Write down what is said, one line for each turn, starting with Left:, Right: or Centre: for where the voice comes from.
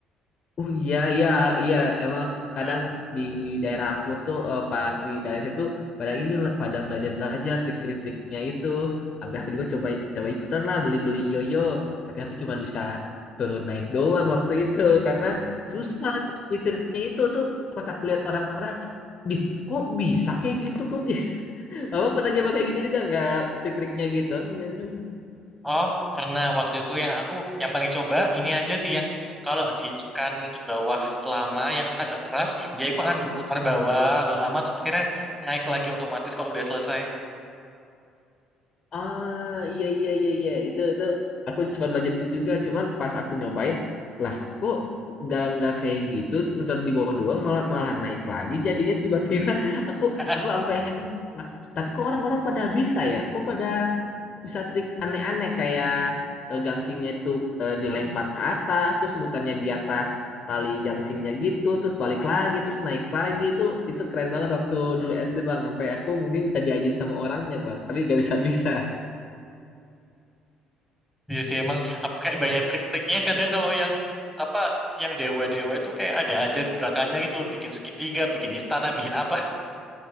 Left: Oh iya iya iya emang kadang
Centre: Eh,
Left: di daerah aku tuh eh, pas di daerah situ pada ini lah, pada belajar-belajar trik-triknya itu. Tapi aku juga coba coba ikutan lah beli-beli yoyo. Tapi aku cuma bisa turun naik doang waktu itu karena susah trik-triknya itu tuh pas aku lihat orang-orang, dih kok bisa kayak gitu kok bisa. <laughs> Abang pernah nyoba kayak gitu juga nggak trik-triknya gitu? Abang Pernah nyoba?
Centre: Oh, karena waktu itu yang aku yang paling coba ini aja sih yang kalau ditekan ke bawah lama yang agak keras, dia itu akan berputar bawah agak lama terus akhirnya naik lagi otomatis kalau udah selesai.
Left: Ah, iya iya iya iya itu itu aku sempat belajar itu juga, cuman pas aku nyobain, lah kok nggak nggak kayak gitu, ntar di bawah doang malah malah naik lagi jadinya tiba-tiba <laughs> aku
Centre: <laughs>
Left: aku sampai heran. Lah, tapi kok orang-orang pada bisa ya? Kok pada bisa trik aneh-aneh kayak eh, gangsingnya itu eh, dilempar ke atas, terus mutarnya di atas tali gangsingnya gitu, terus balik lagi, terus naik lagi itu itu keren banget waktu dulu SD Bang, sampai aku mungkin minta diajarin sama orangnya Bang, tapi gak bisa-bisa.
Centre: Iya sih emang apa kayak banyak trik-triknya kadang kalau yang apa yang dewa-dewa itu kayak ada aja gebrakannya gitu loh bikin segitiga, bikin istana, bikin apa.